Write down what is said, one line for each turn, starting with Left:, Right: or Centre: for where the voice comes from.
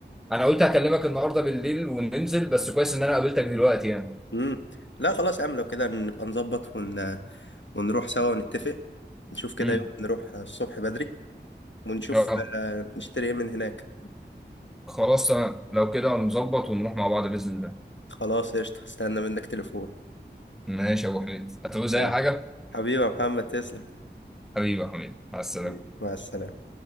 Centre: انا قلت هكلمك النهارده بالليل وننزل بس كويس ان انا قابلتك دلوقتي يعني
Left: امم لا خلاص يا عم لو كده نبقى نظبط ون... ونروح سوا ونتفق نشوف كده
Centre: امم
Left: يوم نروح الصبح بدري ونشوف
Centre: اه
Left: آه، نشتري ايه من هناك
Centre: خلاص تمام لو كده نظبط ونروح مع بعض باذن الله
Left: خلاص قشطة استنى منك تليفون
Centre: ماشي يا ابو حميد هتعوز
Left: خلاص
Centre: اي حاجه
Left: حبيبي يا محمد تسلم
Centre: حبيبي يا حميد مع السلامه
Left: حبيبي مع السلامة